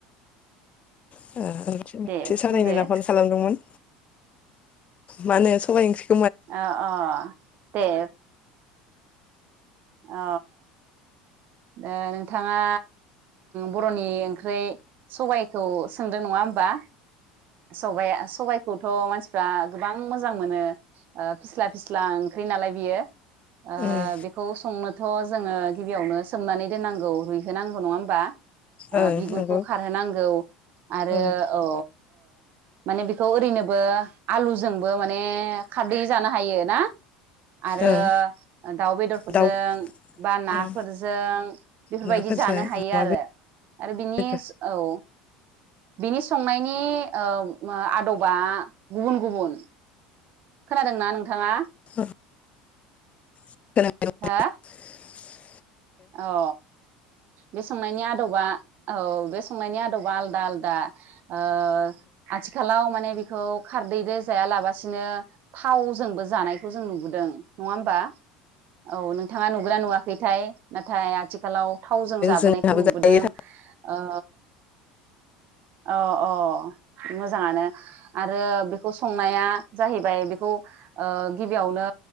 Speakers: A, on the left (about 35°); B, on the right (about 55°).
A: ओ मोनसे मोनसे
B: दे
A: सावरायनो
B: बुंदो
A: होनना फन खालामदोंमोन। मा होनो सबाइ ओंख्रि
B: अ अ दे अ। ओ उम नोंथाङा बर'नि ओंख्रि सबायखौ सोंदों नङा होमबा? सबाइआ सबायाइखौ थ' मानसिफ्रा गोबां मोजां मोनो फिस्ला फिस्ला ओंख्रि नालाय बियो ओ
A: ओं
B: बेखौ संनो थ' जोङो गिबियावनो सोमनानै दोननांगौ रुइहोनांगौ नङा होमबा।
A: ओं
B: बिगुरखौ
A: नंगौ
B: खारहोनांगौ आरो
A: औ
B: अ ओ माने बेखौ ओरैनोबो आलुजोंबो माने खारदै जानो हायो ना। आरो
A: ओं
B: दाउ बेदरफोरजों
A: दाउ
B: बा
A: उम
B: ना फोरजों जों बेफोरबायदि
A: नाफोरजों
B: जानो हायो
A: अमा
B: आरो आरो बिनि
A: बेदर
B: औ। बिनि संनायनि ओ आदबा गुबुन गुबुन। खोनादोंना नोंथाङा?
A: ह <unintelligible>
B: हो औ। बे संनायनि आदबा औ बे संनायनि आदबा आलदा आलदा। आ आथिखालाव माने खौ खारदै रो जाया लाबासिनो थावजोंबो जानायखौ जों नुबोदों। दों नङा होमबा। औ नोंथाङा नुगोनना नुवाखैथाय। <unintelligible> आथिखालाव थावजों जाबोनायखौ
A: जोंहाबो
B: नुबोदों
A: जायो
B: ओ अ अ मोजाङानो। आरो बेखौ संनाया जाहैबाय बेखौ ओ गिबियावनो